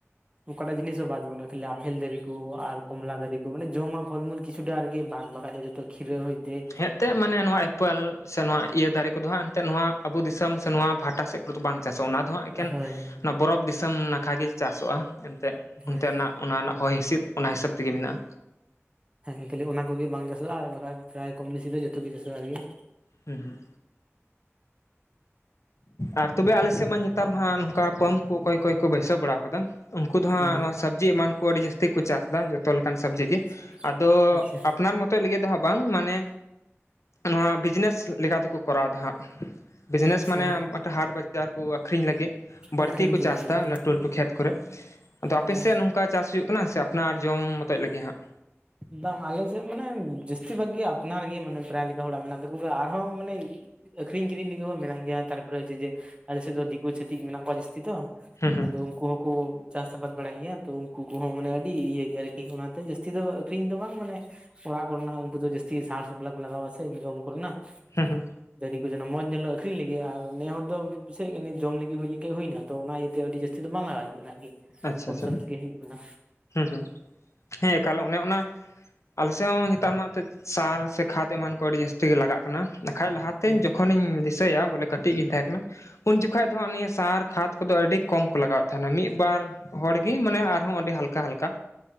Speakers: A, on the right; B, on the left.
A: ᱚᱠᱟᱴᱟᱜ ᱡᱤᱱᱤᱥ ᱵᱟᱫ ᱵᱚᱱᱟ ᱠᱷᱟᱹᱞᱤ ᱟᱯᱮᱞ ᱫᱟᱨᱮ ᱠᱚ ᱟᱨ ᱠᱚᱢᱞᱟ ᱫᱟᱨᱮ ᱠᱚ ᱢᱟᱱᱮ ᱡᱚᱢᱟᱜ ᱯᱷᱚᱞᱢᱩᱞ ᱠᱤᱪᱷᱩ ᱴᱟ ᱟᱨᱠᱤ ᱵᱟᱫ ᱵᱟᱠᱷᱟᱡ ᱫᱚ ᱡᱚᱛᱚ ᱠᱷᱤᱨᱟᱹ ᱦᱩᱭᱛᱮ
B: ᱦᱮᱸ ᱮᱛᱮᱫ ᱢᱟᱱᱮ ᱱᱚᱣᱟ ᱤᱯᱟᱹᱮᱞ ᱥᱮ ᱱᱚᱣᱟ ᱤᱭᱟᱹ ᱫᱟᱨᱮ ᱠᱚᱫᱚ ᱦᱟᱸᱜ ᱮᱱᱛᱮᱜ ᱱᱚᱣᱟ ᱟᱵᱚ ᱫᱤᱥᱚᱢ ᱥᱮ ᱱᱚᱣᱟ ᱯᱟᱦᱴᱟ ᱥᱮᱫ ᱚᱱᱟ ᱛᱚ ᱵᱟᱝ ᱪᱟᱥᱚᱜ-ᱟ ᱚᱱᱟ ᱫᱚ ᱦᱟᱸᱜ ᱮᱠᱮᱱ
A: ᱦᱳᱭ
B: ᱚᱱᱟ ᱵᱚᱨᱚᱯᱷ ᱫᱤᱥᱚᱢ ᱱᱟᱠᱷᱟ ᱜᱮ ᱪᱟᱥᱚᱜ-ᱟ ᱮᱱᱛᱮ
A: ᱦᱳᱭ
B: ᱚᱱᱛᱮᱱᱟᱜ᱾ ᱚᱱᱟ ᱨᱮᱱᱟᱜ ᱦᱚᱭ ᱦᱤᱸᱥᱤᱫ ᱚᱱᱟ ᱦᱤᱥᱟᱹᱵᱽ ᱛᱮᱜᱮ ᱢᱮᱱᱟᱜ-ᱟ᱾
A: ᱦᱮᱸ ᱠᱷᱟᱹᱞᱤ ᱚᱱᱟ ᱠᱚᱜᱮ ᱵᱟᱝ ᱪᱟᱥᱚᱜ-ᱟ ᱟᱨ ᱵᱟᱠᱷᱟᱡ ᱯᱨᱟᱭ ᱠᱚᱢ ᱵᱮᱥᱤ ᱫᱚ ᱡᱚᱛᱚ ᱜᱮ ᱪᱟᱥᱚᱜ-ᱟ ᱟᱨᱠᱤ᱾
B: ᱦᱩᱸ ᱦᱩᱸ ᱟᱨ ᱛᱚᱵᱮ ᱟᱞᱮ ᱥᱮᱫ ᱢᱟ ᱱᱮᱛᱟᱨ ᱢᱟ ᱱᱚᱝᱠᱟ ᱯᱟᱢᱯ ᱠᱚ ᱚᱠᱚᱭ ᱚᱠᱚᱭ ᱠᱚ ᱵᱟᱹᱭᱥᱟᱹᱣ ᱵᱟᱲᱟ ᱠᱟᱫᱟ᱾ ᱩᱱᱠᱩ ᱫᱚ ᱦᱟᱸᱜ
A: ᱚ
B: ᱱᱚᱣᱟ ᱥᱚᱵᱽᱡᱤ ᱮᱢᱟᱱ ᱠᱚ ᱟᱹᱰᱤ ᱡᱟᱹᱥᱛᱤ ᱛᱤ ᱠᱚ ᱪᱟᱥ ᱫᱟ ᱡᱚᱛᱚ ᱞᱮᱠᱟᱱ ᱥᱚᱵᱽᱡᱤ ᱜᱮ
A: ᱟᱪᱪᱷᱟ
B: ᱟᱫᱚ
A: ᱟᱪᱪᱷᱟ
B: ᱟᱯᱱᱟᱨ ᱢᱚᱛᱚᱡ ᱞᱟᱹᱜᱤᱫ ᱫᱚᱦᱟᱸᱜ ᱵᱟᱝ ᱢᱟᱱᱮ ᱱᱚᱣᱟ ᱵᱤᱡᱽᱱᱮᱥ ᱞᱮᱠᱟ ᱛᱮᱠᱚ ᱠᱚᱨᱟᱣ ᱫᱟ ᱦᱟᱸᱜ ᱵᱤᱡᱽᱱᱮᱥ
A: ᱟᱪᱪᱷᱟ
B: ᱚᱠᱟᱴᱟ ᱦᱟᱴ ᱵᱟᱡᱟᱨ ᱠᱚ ᱟᱠᱷᱨᱤᱧ ᱞᱟᱹᱜᱤᱫ ᱵᱟᱹᱲᱛᱤ
A: ᱟᱹᱠᱷᱨᱤᱧ
B: ᱠᱚ
A: ᱠᱤᱨᱤᱧ
B: ᱪᱟᱥ
A: ᱞᱟᱹᱜᱤᱫ
B: ᱫᱟ ᱞᱟᱹᱴᱩ ᱞᱟᱹᱴᱩ ᱠᱷᱮᱛ ᱠᱚᱨᱮ ᱟᱫᱚ
A: ᱦᱮᱸ
B: ᱟᱯᱮ ᱥᱮᱫ ᱱᱚᱝ ᱠᱟ ᱪᱟᱥ ᱦᱩᱭᱩᱜ ᱠᱟᱱᱟ ᱥᱮ ᱟᱯᱱᱟᱨ ᱡᱚᱢ ᱢᱚᱛᱚᱡ ᱞᱟᱹᱜᱤᱫ ᱦᱟᱸᱜ?
A: ᱵᱟᱝ ᱟᱞᱮ ᱥᱮᱫ ᱢᱟᱱᱮ ᱡᱟᱹᱥᱛᱤ ᱵᱷᱟᱜ ᱜᱮ ᱟᱯᱱᱟᱨ ᱜᱮ ᱢᱟᱱᱮ ᱯᱨᱟᱭ ᱞᱮᱠᱟ ᱦᱚᱲᱟᱜ ᱢᱮᱱᱟᱜ ᱛᱟᱠᱚ ᱜᱮ ᱟᱨᱦᱚᱸ ᱢᱟᱱᱮ ᱟᱹᱠᱷᱨᱤᱧ ᱠᱤᱨᱤᱧ ᱞᱟᱹᱜᱤᱫ ᱦᱚᱸ ᱢᱮᱱᱟᱜ ᱜᱮᱭᱟ ᱛᱟᱨᱯᱚᱨᱮ ᱡᱮᱡᱮ ᱟᱞᱮ ᱥᱮᱫ ᱫᱚ ᱫᱤᱠᱩ ᱪᱷᱟᱹᱛᱤᱠ ᱢᱮᱱᱟᱜ ᱠᱚᱣᱟ ᱡᱟᱹᱥᱛᱤ ᱛᱚ
B: ᱦᱩᱸ ᱦᱩᱸ
A: ᱟᱫᱚ ᱩᱱᱠᱩ ᱦᱚᱸᱠᱚ ᱪᱟᱥ ᱟᱵᱟᱫ ᱵᱟᱲᱟᱭ ᱜᱮᱭᱟ ᱛᱚ ᱩᱱᱠᱩ ᱠᱚᱦᱚᱸ ᱢᱟᱱᱮ ᱟᱹᱰᱤ ᱤᱭᱟᱹ ᱜᱮᱭᱟ ᱟᱨᱠᱤ ᱚᱱᱟᱛᱮ ᱡᱟᱹᱥᱛᱤ ᱫᱚ ᱟᱹᱠᱷᱨᱤᱧ ᱫᱚ ᱵᱟᱝ ᱢᱟᱱᱮ ᱚᱲᱟᱜ ᱠᱚ ᱨᱮᱱᱟᱜ ᱩᱱᱠᱩ ᱫᱚ ᱡᱟᱹᱥᱛᱤ ᱥᱟᱨ ᱥᱟᱯᱞᱟ ᱠᱚ ᱞᱟᱜᱟᱣᱟ ᱥᱮ ᱡᱚᱢ ᱠᱚ ᱨᱮᱱᱟᱜ
B: ᱦᱩᱸ ᱦᱩᱸ
A: ᱫᱟᱨᱤ ᱠᱚ ᱡᱮᱱᱚ ᱢᱚᱸᱡᱽ ᱧᱮᱞᱚᱜ ᱟᱹᱠᱷᱨᱤᱧ ᱞᱟᱹᱜᱤᱫ ᱟᱨ ᱱᱮ ᱦᱚᱲ ᱫᱚ ᱫᱤᱥᱟᱹᱭᱮᱫ ᱠᱟᱱ ᱜᱮᱭᱟ ᱡᱚᱢ ᱞᱟᱹᱜᱤᱫ ᱦᱩᱭ ᱞᱮᱱᱠᱟᱱ ᱦᱩᱭ ᱮᱱᱟ ᱛᱚ ᱚᱱᱟ ᱤᱭᱟᱹᱛᱮ ᱟᱹᱰᱤ ᱡᱟᱹᱥ ᱛᱷᱤ ᱫᱚ ᱵᱟᱝᱞᱟᱜᱟ ᱦᱩᱭᱩᱜ ᱟᱨᱠᱤ
B: ᱟᱪᱪᱷᱟ
A: ᱠᱚᱢ
B: ᱟᱪᱪᱷᱟ
A: ᱥᱚᱢ
B: ᱦᱩᱸ
A: ᱛᱮᱜᱮ ᱦᱩᱭᱩᱜ ᱠᱟᱱᱟ
B: ᱦᱩᱸ ᱦᱮᱸ ᱮᱠᱟᱞ ᱚᱱᱮ ᱚᱱᱟ ᱟᱞᱮ ᱥᱮᱫ ᱦᱚᱸ ᱱᱮᱛᱟᱨ ᱢᱟ ᱮᱛᱮᱫ ᱥᱟᱨ ᱥᱮ ᱠᱷᱟᱛ ᱮᱢᱟᱱ ᱠᱚ ᱟᱹᱰᱤ ᱡᱟᱹᱥᱛᱤ ᱜᱮ ᱞᱟᱜᱟᱜ ᱠᱟᱱᱟ ᱵᱟᱠᱷᱟᱡ ᱞᱟᱦᱟᱛᱮ
A: ᱦᱮᱸ
B: ᱡᱚᱠᱷᱚᱱᱤᱧ ᱫᱤᱥᱟᱹᱭᱟ ᱵᱚᱞᱮ ᱠᱟᱹᱴᱤᱡ ᱜᱤᱧ ᱛᱟᱦᱮᱸ ᱠᱟᱱᱟ ᱩᱱ ᱡᱚᱠᱷᱟᱡ ᱫᱚ ᱦᱚᱜᱚ ᱱᱤᱭᱟᱹ ᱥᱟᱨ ᱠᱷᱟᱫᱽ ᱠᱚᱫᱚ ᱟᱹᱰᱤ ᱠᱚᱢ ᱠᱚ ᱞᱟᱜᱟᱣᱮᱫ ᱛᱟᱦᱮᱱᱟ ᱢᱤᱫᱵᱟᱨ ᱦᱚᱲ ᱜᱮ ᱢᱟᱱᱮ ᱟᱨᱦᱚᱸ ᱟᱹᱰᱤ ᱦᱟᱞᱠᱟ ᱦᱟᱞᱠᱟ